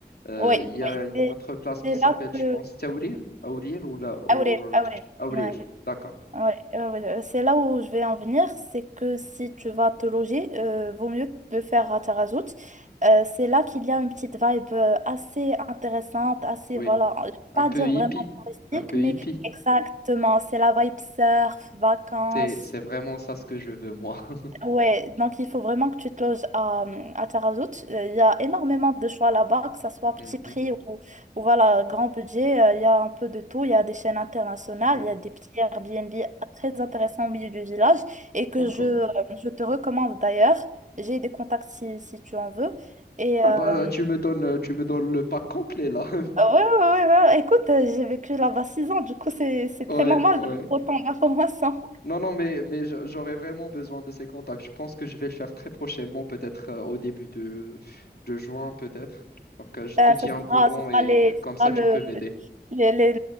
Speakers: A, on the left; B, on the right.
A: euh,
B: ouais,
A: il y a
B: ouais,
A: une
B: c'est
A: autre place qui
B: c'est
A: s'appelle,
B: là
A: je
B: que.
A: pense, Taourir, Aourir ou la Aour-
B: Aurel, Aurel,
A: Aourir,
B: ouais,
A: d'accord,
B: ouais, ouais, ouais, ouais. C'est là où je vais en venir, c'est que si tu vas te loger, euh, vaut mieux le faire à Tarazout. Euh, c'est là qu'il y a une petite vibe euh, assez intéressante, assez,
A: oui,
B: voilà, je vais
A: un
B: pas
A: peu
B: dire
A: hippie,
B: vraiment touristique,
A: un peu
B: mais
A: hippie.
B: exactement, c'est la vibe surf, vacances.
A: C'est c'est vraiment ça ce que je veux moi. <laughs>
B: Ouais, donc il faut vraiment que tu te loges à, à Tarazout. Euh, Il y a énormément de choix là-bas, que ce soit
A: Mhm,
B: petit prix ou, ou voilà, grand budget. Euh, Il y a un peu de tout. Il y a des chaînes internationales,
A: ouais,
B: il y a des petits Airbnb très intéressants au milieu du village et que
A: D'accord.
B: je, euh, je te recommande d'ailleurs. J'ai des contacts si, si tu en veux. Et
A: Ah
B: euh,
A: bah tu me donnes tu me donnes le pack complet là. <laughs>
B: ah ouais, ouais, ouais, ouais. ouais. Écoute, euh, j'ai vécu là-bas six ans, du coup c'est, c'est
A: Ouais,
B: très normal
A: ouais.
B: d'avoir autant d'informations.
A: Non, non, mais, mais j'a- j'aurais vraiment besoin de ces contacts. Je pense que je vais le faire très prochainement, peut-être euh, au début de, de juin, peut-être. Donc, euh, je
B: Euh,
A: te tiens
B: ça sera,
A: au courant
B: ça sera
A: et
B: les,
A: euh, comme
B: ça
A: ça,
B: sera
A: tu
B: le,
A: peux m'aider.
B: les- les-